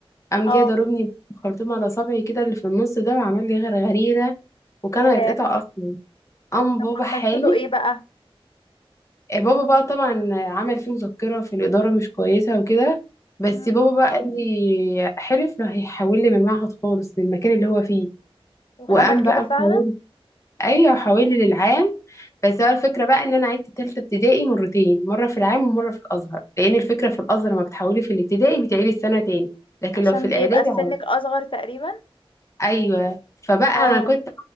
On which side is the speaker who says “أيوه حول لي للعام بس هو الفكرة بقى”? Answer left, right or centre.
Left